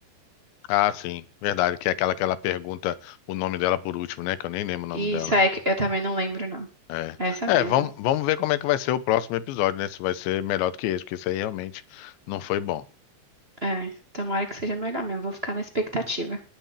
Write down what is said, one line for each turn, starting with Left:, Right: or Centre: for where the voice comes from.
Left: Ah, sim, verdade, que é aquela que ela pergunta o nome dela por último, né? Que eu nem lembro o nome
Right: Isso
Left: dela.
Right: é que eu também não lembro, não.
Left: É,
Right: Essa
Left: é
Right: mesmo.
Left: vamos, vamos ver como é que vai ser o próximo episódio, né? Se vai ser melhor do que esse, porque esse aí realmente não foi bom.
Right: É, tomara que seja melhor mesmo. Vou ficar na expectativa.